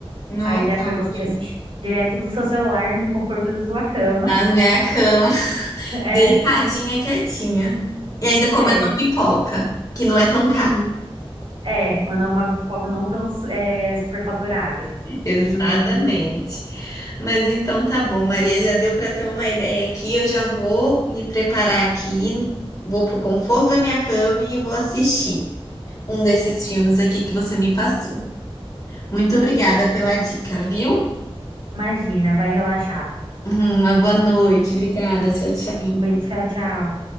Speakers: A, on the left; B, on the right.
A: Nossa,
B: Aí dá pra você
A: ótimo.
B: assistir direto do seu celular, no conforto da sua cama.
A: Na minha cama, <laughs>
B: É,
A: deitadinha, quietinha. E ainda comendo
B: é,
A: uma pipoca, que não é tão
B: sim,
A: cara.
B: é. Ou não, uma pipoca não tão é, superfaturada.
A: Exatamente.
B: E
A: Mas então tá bom, Maria, já deu para ter uma ideia aqui. Eu já vou me preparar aqui, vou pro conforto da minha cama e vou assistir um desses filmes aqui que você me passou. Muito obrigada pela dica, viu?
B: imagina, vai relaxar.
A: Uma boa noite. Obrigada. Tchau, tchau.
B: Vai, tchau, tchau.